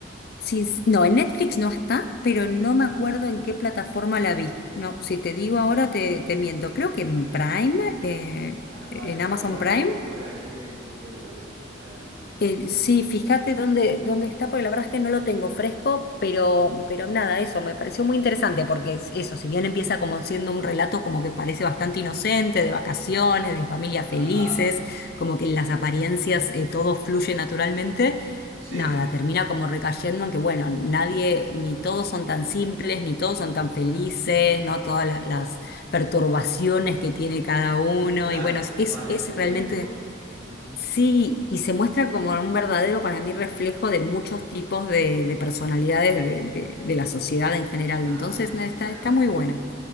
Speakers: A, on the left; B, on the right.
A: Sí, sí, no, en Netflix no está, pero no
B: Ajá.
A: me acuerdo en qué plataforma la vi. No, si te digo ahora te, te miento. Creo que en Prime, eh,
B: Ah, vale.
A: en Amazon
B: Bueno, la busco
A: Prime.
B: por allí en Google a ver qué tal y,
A: Eh, sí, fíjate dónde, dónde está, porque la verdad es que no lo tengo fresco, pero, pero nada, eso me pareció muy interesante, porque es eso, si bien empieza como siendo un relato como que parece bastante inocente, de vacaciones, de familias felices,
B: Ajá.
A: como que en las apariencias eh, todo fluye naturalmente,
B: Sí,
A: nada, termina como recayendo en que, bueno, nadie, ni todos son tan simples, ni todos son tan felices, ¿no? Todas la- las perturbaciones que tiene cada uno,
B: claro,
A: y bueno, es, es
B: vas descubriendo.
A: es realmente
B: Ujú.
A: Sí, y se muestra como un verdadero para mí reflejo de muchos tipos de, de personalidades de, de- de la sociedad en general.
B: Ah,
A: Entonces, no, está,
B: ya.
A: está muy buena.